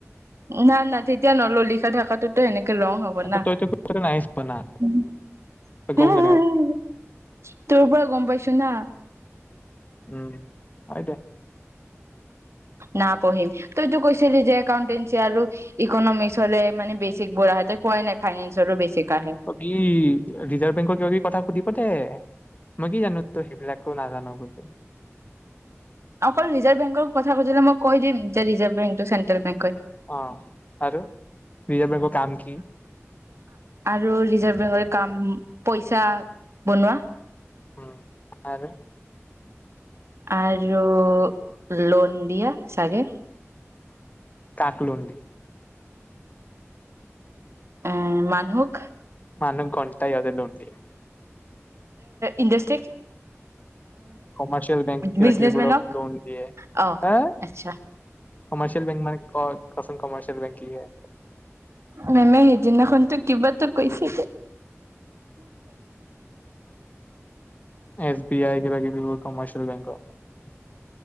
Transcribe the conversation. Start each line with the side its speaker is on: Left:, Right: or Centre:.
Right: না না তেতিয়া নলওঁ লিখা থাকাত। টো ত এনেকে ৰং হ'ব না
Left: তইতো নাই চোৱা না
Right: উম্
Left: তই
Right: হম্
Left: গম কেনেকে
Right: হম্
Left: পাবি?
Right: হম্। তোৰ পৰা গম পাইছো না।
Left: উম হয় দে।
Right: না পঢ়িম তইতো কৈছিলি যে একাউন্টেঞ্চি আৰু ইকনমিক্স। হলে মানে বেছিক বোৰা হয়। হয় নাই। ফাইনেন্সৰো বেচিক আহে
Left: কি ৰিজাৰ্ভ বেংকৰ কিবা কিবি কথা সুধি পঠাই ম‌ই কি জানো ত‌ই সেই বিলাকো নাজান বুলি।
Right: অকল ৰিজাৰ্ভ বেংক কথা সুধিলে মই কৈ দিম যে ৰিজাৰ্ভ বেংকটো চেন্ট্ৰেল বেংক হয়।
Left: অ আৰু ৰিজাৰ্ভ বেংকৰ। কাম কি?
Right: আৰু ৰিজাৰ্ভ বেংকৰ কাম। পইচা বনোৱা।
Left: উম আৰু
Right: আৰু লোন দিয়া ছাগে
Left: কাক লোন দিয়ে
Right: এ মানুহক
Left: মানুহক ঘন্টা ইহতে লোন দিয়ে।
Right: ইন্ডাস্ট্রি
Left: কমাৰ্চিয়েল বেংক কিবা
Right: বিজনেচমেনক
Left: কিবিবোৰক লোন দিয়ে
Right: অ
Left: হা
Right: আচছা
Left: কমাৰ্চিয়েল বেংক মানে ক কচোন কমাৰচিয়েল বেংক কি হয়।
Right: মেমে সেইদিনাখন তো কিবাতো কৈছে
Left: এছ বি আই কিবা কিবি বোৰ কমাৰ্চিয়েল বেংক কয়।